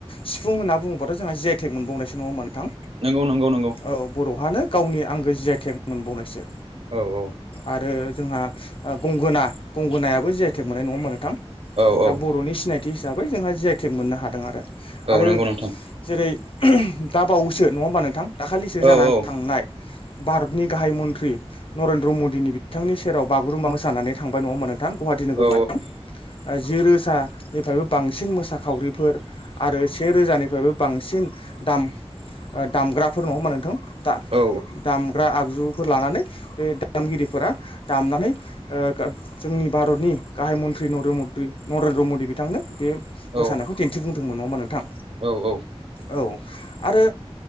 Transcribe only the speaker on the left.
सिफुं होनना बुङोबाथ' जोंहा जिआइटेक मोनबावनायसो नङा होमबा नोंथां
औ बर' हानो गावनि आंगो जियायटेक मोनबावनायसो
आरो जोंहा गंगोना गंगोनाया जि आइ टेक मोननाय नङा होमबा नोंथां
दा
बर'नि सिनायथि हिसाबै जोंहा जिआइटेक मोननो हादों आरो
आरो
जेरै दाबावैसो नङा होमबा नोंथां दाखालिसो जानानै
थांनाय भारतनि गाहाय मन्त्रि नरेन्द्र मदिनि बिथांनि सेराव बागुरुम्बा होसानानै थांबाय नङा होमबा नोंथां गुवाहाटि नोगोरमायाव
जि रोजा निफ्रायबो बांसिन मोसाखावरिफोर आरो से रोजानिफ्रायबो बांसिन दाम दामग्राफोर नङा होमबा नोंथां
दामग्रा आगजु फोर लानानै बे दामगिरिफोरा दामनानै ओ जोंनि भारतनि गाहाय मन्त्रि नरेन्द्र मदि बिथांनो बे मोसानायखौ
दिन्थिफुं दोंमोन नङा होनबा नोंथां
औ आरो